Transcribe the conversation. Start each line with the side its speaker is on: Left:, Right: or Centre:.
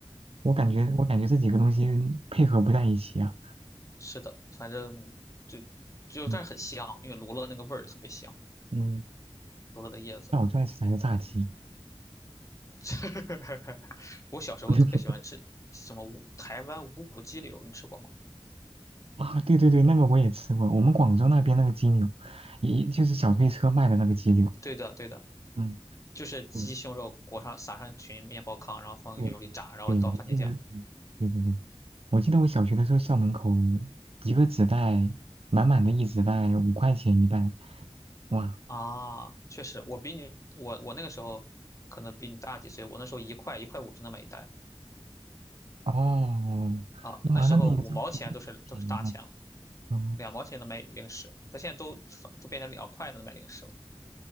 Right: 我感觉我感觉这几个东西配合不在一起啊。
Left: 嗯，是的，反正就就但是很香，
Right: 嗯
Left: 因为罗勒那个味儿特别香，
Right: 嗯，
Left: 罗勒的叶子。
Right: 那我最爱吃的还是炸鸡。
Left: <laughs> 我小时候特别喜欢吃什么无台湾无骨鸡柳，
Right: <laughs>
Left: 你吃过吗？
Right: 啊，对对对，那个我也吃过，我们广州那边那个鸡柳，也就是小推车卖的那个鸡柳。
Left: 对的，对的。
Right: 嗯，
Left: 就是鸡胸肉裹上撒上一群面包糠，
Right: 嗯，
Left: 然后放油里炸，
Right: 对，
Left: 然后倒番茄酱。
Right: 对，我记得，嗯对对对，我记得我小学的时候校门口一个纸袋，满满的一纸袋，五块钱一袋。哇，
Left: 啊，确实，我比你我我那个时候可能比你大几岁，我那时候一块一块五就能买一袋子
Right: 哦，
Left: 啊，
Right: 那完了，
Left: 那时候五毛钱都是都是大钱了，
Right: 那也是那个时候便宜呢。嗯
Left: 两毛钱能买零食，但现在都都变成两块才能买零食了。